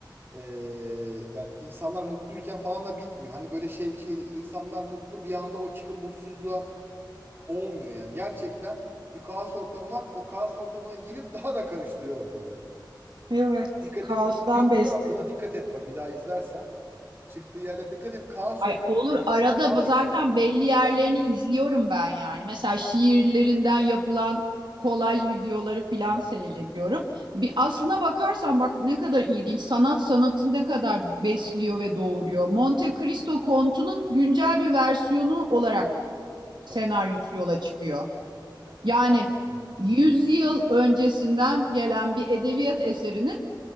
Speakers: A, on the right (about 25°); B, on the right (about 70°).
A: Ee, yani insanlar mutluyken falan da bitmiyor. Hani böyle şey bir şey değil. İnsanlar mutlu bir anda o çıkıp mutsuzluğa olmuyor yani. Gerçekten bir kaos ortamı var. O kaos ortamına girip <laughs> daha da karıştırıyor ortalığı.
B: Evet.
A: Dikkat
B: Kaostan
A: et bilmiyorum
B: beslenmiş.
A: ama buna dikkat et bak bir daha izlersen. Çıktığı yerde dikkat et kaos
B: Ay
A: ortamına
B: olur
A: girip
B: arada
A: daha da
B: zaten
A: karıştırıyor.
B: belli yerlerini izliyorum ben yani. Mesela şiirlerinden yapılan kolaj videoları filan
A: Hı hı.
B: seyrediyorum. Bir aslına bakarsan bak ne kadar ilginç. Sanat sanatı ne kadar besliyor ve doğuruyor. Monte Cristo Kontu'nun güncel bir versiyonu olarak
A: Tabii
B: senaryosu
A: tabii.
B: yola çıkıyor.
A: Yani aslında
B: Yani
A: hı hı.
B: 100 yıl öncesinden gelen bir edebiyat eserinin